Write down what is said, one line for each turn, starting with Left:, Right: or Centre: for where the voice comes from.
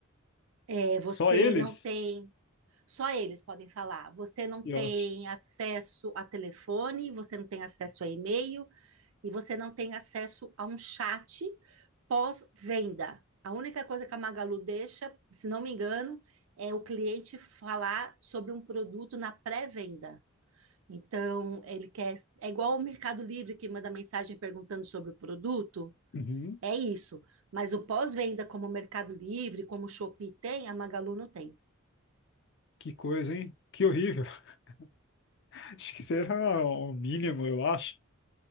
Right: É, você
Left: Só eles?
Right: não tem Só eles podem falar. Você não
Left: Que
Right: tem
Left: ótimo.
Right: acesso a telefone, você não tem acesso a e-mail e você não tem acesso a um chat pós-venda. A única coisa que a Magalu deixa, se não me engano, é o cliente falar sobre um produto na pré-venda. Então, ele quer. É igual o Mercado Livre que manda mensagem perguntando sobre o produto.
Left: Uhum.
Right: É isso. Mas o pós-venda, como o Mercado Livre, como o Shopee tem, a Magalu não tem.
Left: Que coisa, hein? Que horrível. <laughs> Acho que será o mínimo, eu acho.